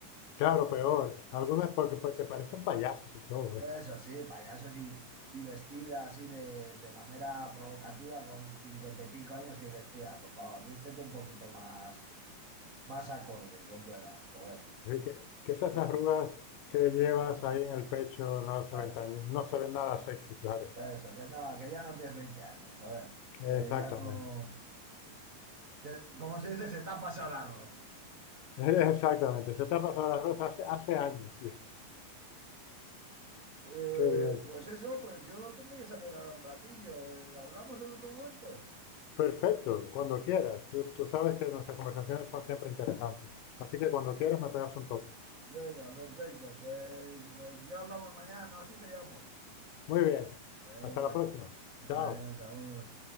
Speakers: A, on the left; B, on the right.
A: claro, peor. Algunas porque, porque parecen payasos y todo,
B: Eso
A: ¿eh?
B: sí, payasos y, y vestida así de, de manera provocativa con 50 y pico años que dices, tía, por favor, vístete un poquito más, más acorde con tu edad, joder.
A: Así que, que esas
B: Sí,
A: arrugas que llevas ahí en el pecho no se
B: eso.
A: ven tan, no se ven nada sexy, claro.
B: Eso, que no, que ya no tienes 20 años, joder.
A: Exactamente,
B: Que ya no. que, como se dice, se te ha pasado el arroz.
A: <laughs> exactamente. Se te ha pasado las rosas hace, hace años, ya.
B: Eh,
A: Qué bien.
B: pues eso, pues yo tendré que salir ahora un ratillo. Eh, ¿Hablamos en otro momento?
A: Perfecto, cuando quieras. Yo- tú sabes que nuestras conversaciones son siempre interesantes. Así que cuando quieras me pegas un toque.
B: Venga, perfecto. Pues, pues ya hablamos mañana, así te llamo.
A: Muy bien,
B: Venga,
A: hasta la próxima.
B: <laughs>
A: Chao.
B: adiós, amor.